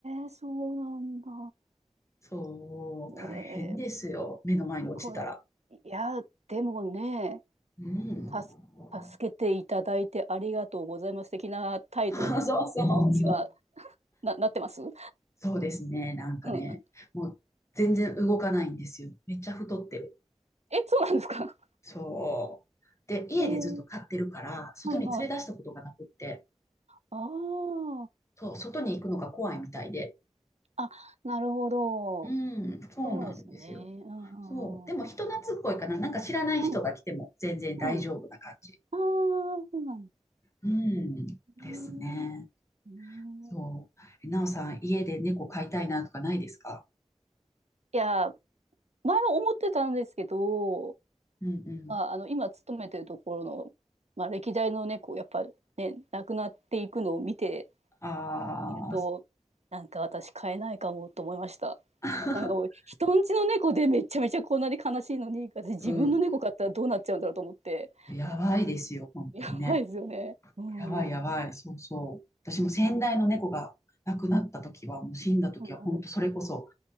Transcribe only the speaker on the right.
ー、そうなんだ。
えー
これいや、でもね、
助助けていただいてありがとうございます的な態度
にはな、なってますう
ん。
え、そうなんですか
えー、
はいはい。あ
あ。あ、なるほど。
そうですね。うん
うんうん。
うんうん。ああ、そうなんで
すね。
うん
いや、前は思ってたんですけど、
まあ、あの今勤めてるところの、まあ、歴代の猫やっぱね亡くなっていくのを見て
いるとなんか私飼えないかもと思いました
なんかもう人んちの猫でめちゃめちゃこんなに悲しいのに私自分の猫飼ったらどうなっちゃうんだろうと思って
やばいですよねうんうん
うん
はいはい